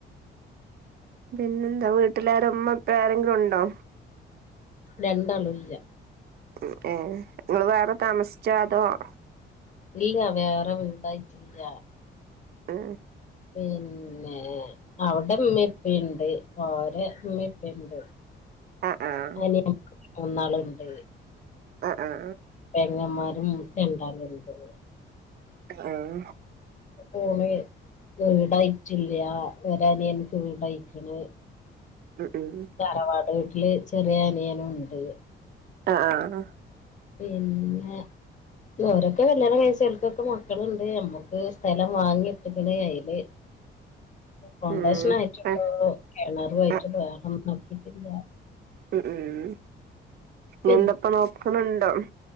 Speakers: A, on the right; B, on the left.
A: പിന്നെന്താ വീട്ടിലാരാ ഉമ്മ ഇപ്പ ആരെങ്കിലും ഉണ്ടോ
B: രണ്ടാളും ഇല്ല
A: ഉം ഏഹ് ങ്ങള് വേറെ താമസിച്ചാ അതോ <inaudible>
B: ഇല്ല വേറെ വീടായിട്ടില്ല
A: എഹ്
B: പിന്നെ അവിടെ ഉമ്മീ ഉപ്പീണ്ട് ഓരെ ഉമ്മി ഉപ്പീണ്ട്
A: ആഹ് ആഹ്
B: അനിയ ന്നാളുണ്ട്
A: ആഹ് ആഹ്
B: പെങ്ങന്മാരും രണ്ടാള്ണ്ട്
A: അ ആഹ്
B: ഭൂമി വിടായിട്ടില്ല ഒരു അനിയൻക്ക് വിടായ്ക്ണ്
A: ഉം ഉം
B: തറവാട് വീട്ടില് ചെറിയ അനിയന്ഉണ്ട്
A: അ ആഹ്
B: പിന്നെ ഓരൊക്കെ കല്യാണ കഴ്ച്ച് ഓൽക്കൊക്കെ മക്കളുണ്ട് മ്മക്ക് സ്ഥലം വാങ്ങിട്ട്ക്ക്ണ് അയില് ഫൗണ്ടേഷൻ
A: ഉം
B: ആയിട്ടുള്ളൂ
A: ആഹ്
B: കിണറു ആയിട്ട്
A: ആഹ്
B: വേണം നോക്കിട്ടില്ല
A: ഉം ഉം
B: <unintelligible>
A: നിന്തപ്പ നോക്കുന്നുണ്ടോ